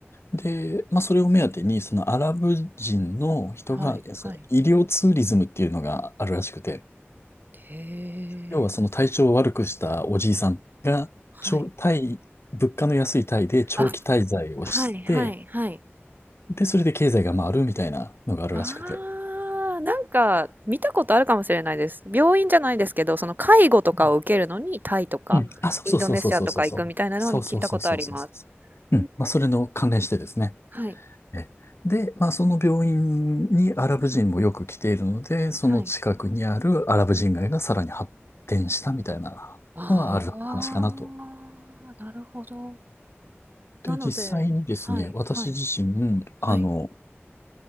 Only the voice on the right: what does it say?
はいはい。
へえ。
はい。
あ、はいはいはい。
ああ、なんか見たことあるかもしれないです。病院じゃないですけど、その介護とかを受けるのにタイとかインドネシアとか行くみたいなのは聞いたことあります。
うんうん。
はい。
はい。はい。ああ、なるほど。
なので、
はい。
はい。はい。